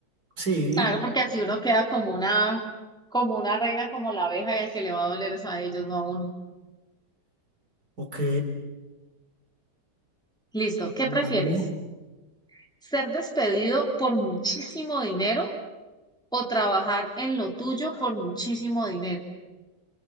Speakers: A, on the right; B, in the centre.
A: Sí,
B: claro, porque así uno queda como una, como una reina, como la abeja, y al que le va a doler es a ellos, no a uno.
A: ok.
B: Listo, ¿qué prefieres?
A: válido.
B: ¿Ser despedido por muchísimo dinero o trabajar en lo tuyo por muchísimo dinero?